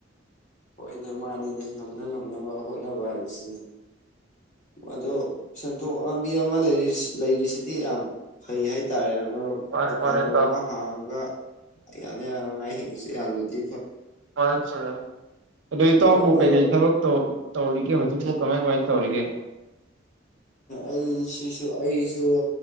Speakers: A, on the left; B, on the right.
A: ꯍꯣꯏꯅꯦ ꯃꯥꯅꯤꯅꯦ ꯉꯝꯅ ꯉꯝꯅꯕꯅꯕ ꯍꯅꯅꯕꯁꯤꯅꯦ ꯑꯗꯣ ꯁꯦꯟꯊꯣꯛ ꯂꯝꯕꯤ ꯑꯃ ꯂꯩꯔꯤꯁꯤꯗꯤ ꯌꯥꯝ ꯐꯩ ꯍꯥꯏꯇꯥꯔꯦ
B: ꯃꯥꯅꯤ
A: ꯗꯨꯀꯥꯟ
B: ꯃꯥꯅꯤ
A: ꯅꯨꯡ
B: ꯏꯇꯥꯎ
A: ꯑꯃ ꯍꯥꯡꯉꯒ ꯌꯥꯅꯦ ꯑꯉꯥꯏ ꯍꯒꯨꯁꯤ ꯌꯥꯝ ꯅꯗꯤ
B: ꯃꯥ ꯑꯗꯨꯗ ꯏꯇꯥꯎꯕꯨ
A: ꯑꯗꯣ ꯃꯔꯨꯞ
B: ꯀꯩꯀꯩ ꯊꯕ ꯇꯧ ꯇꯧꯔꯤꯒꯦ ꯍꯧꯖꯤꯛꯄꯥꯎ ꯀꯃꯥꯏ ꯀꯃꯥꯏꯅ ꯇꯧꯔꯤꯒꯦ
A: ꯑꯩꯁꯤꯁꯨ ꯑꯩꯁꯨ